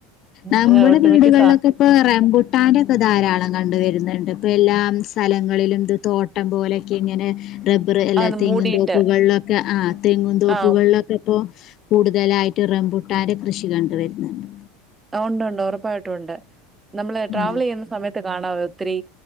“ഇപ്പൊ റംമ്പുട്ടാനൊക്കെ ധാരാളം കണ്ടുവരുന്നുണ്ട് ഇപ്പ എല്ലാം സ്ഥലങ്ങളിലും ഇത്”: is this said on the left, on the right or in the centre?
Left